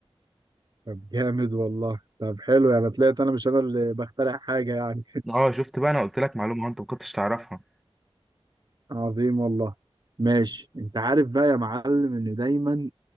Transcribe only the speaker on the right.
طب جامد والله طب حلو يعني طلعت انا مش انا اللي بخترع حاجه يعني
<laughs> عظيم والله ماشي انت عارف بقى يا معلم ان دايما